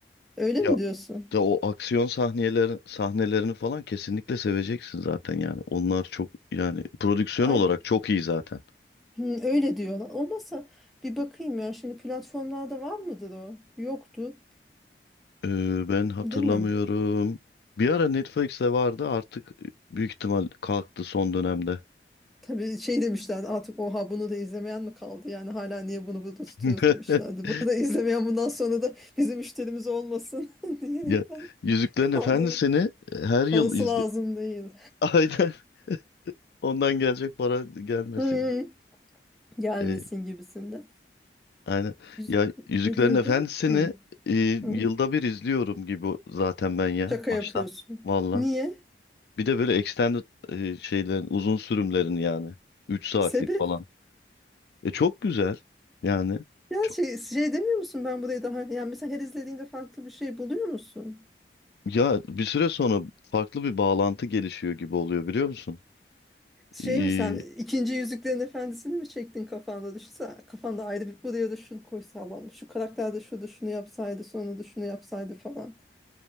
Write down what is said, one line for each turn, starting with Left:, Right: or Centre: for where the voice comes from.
Centre: Öyle
Left: Ya
Centre: mi diyorsun?
Left: De o aksiyon sahneleri sahnelerini falan kesinlikle seveceksin zaten yani. Onlar çok yani prodüksiyon
Centre: Ay,
Left: olarak çok iyi zaten.
Centre: hı, öyle diyorlar. Olmazsa bir bakayım ya. Şimdi platformlarda var mıdır o? Yoktu,
Left: Ee, ben hatırlamıyorum.
Centre: değil mi?
Left: Bir ara Netflix'te vardı artık e, büyük ihtimal kalktı son dönemde.
Centre: Tabii şey demişler artık oha bunu da izlemeyen mi kaldı? Yani hala niye bunu burada tutuyoruz
Left: <laughs>
Centre: demişlerdi. Bunu da izlemeyen bundan sonra da bizim müşterimiz olmasın <laughs> diyerekten
Left: Ya Yüzüklerin
Centre: kaldı.
Left: Efendisi'ni e, her
Centre: Parası
Left: yıl izle.
Centre: lazım değil.
Left: <laughs> Aynen. Ondan gelecek para gelmesin.
Centre: Hı, gelmesin
Left: Ee,
Centre: gibisinde.
Left: aynen.
Centre: Yüz-
Left: Ya Yüzüklerin
Centre: Ne diyordun?
Left: Efendisi'ni
Centre: Hı,
Left: e,
Centre: hı.
Left: yılda bir izliyorum gibi zaten ben ya
Centre: Şaka
Left: baştan.
Centre: yapıyorsun.
Left: Valla.
Centre: Niye?
Left: Bir de böyle extended e, şeylerin uzun sürümlerin yani 3 saatlik
Centre: Sebep?
Left: falan. E çok güzel yani.
Centre: Ya
Left: Çok,
Centre: şey, şey demiyor musun ben burayı daha yani mesela her izlediğinde farklı bir şey buluyor musun?
Left: ya bir süre sonra farklı bir bağlantı gelişiyor gibi oluyor biliyor musun?
Centre: Şey
Left: Ee,
Centre: mi sen ikinci Yüzüklerin Efendisi'ni mi çektin kafanda düşünse kafanda ayrı bir buraya da şunu koysalarmış şu karakter de şurada şunu yapsaydı sonra da şunu yapsaydı falan.